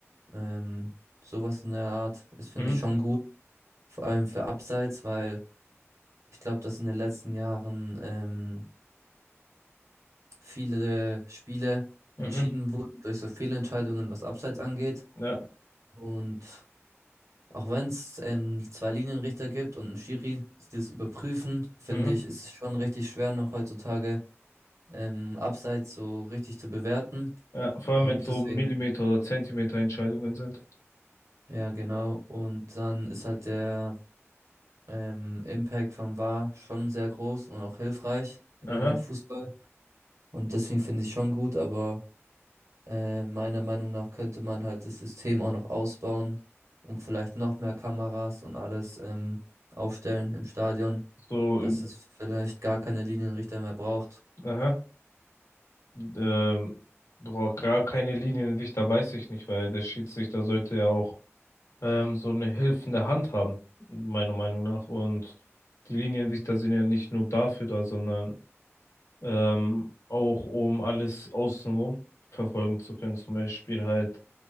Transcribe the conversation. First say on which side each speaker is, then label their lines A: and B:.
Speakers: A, on the right; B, on the left.
A: ähm, sowas in der Art, das finde
B: mhm,
A: ich schon gut. Vor allem für Abseits, weil ich glaube, dass in den letzten Jahren ähm, viele Spiele
B: mhm,
A: entschieden wurden durch so Fehlentscheidungen, was Abseits angeht.
B: Ja.
A: Und auch wenn es ähm, zwei Linienrichter gibt und einen Schiri, die das überprüfen, finde
B: mhm,
A: ich, ist es schon richtig schwer noch heutzutage ähm, Abseits so richtig zu bewerten.
B: Ja, vor
A: Und
B: allem wenn es so
A: deswegen,
B: Millimeter- oder Zentimeter-Entscheidungen sind.
A: ja, genau. Und dann ist halt der ähm, Impact vom VAR schon sehr groß und auch hilfreich im
B: aha,
A: Fußball. Und deswegen finde ich schon gut, aber äh, meiner Meinung nach könnte man halt das System auch noch ausbauen und vielleicht noch mehr Kameras und alles ähm, aufstellen im Stadion,
B: So,
A: dass
B: üb-
A: es vielleicht gar keine Linienrichter mehr braucht.
B: aha, ähm, boah, gar keine Linienrichter weiß ich nicht, weil der Schiedsrichter sollte ja auch ähm, so eine helfende Hand haben, meiner Meinung nach. Und die Linienrichter sind ja nicht nur dafür da, sondern ähm, auch um alles außenrum verfolgen zu können. Zum Beispiel halt,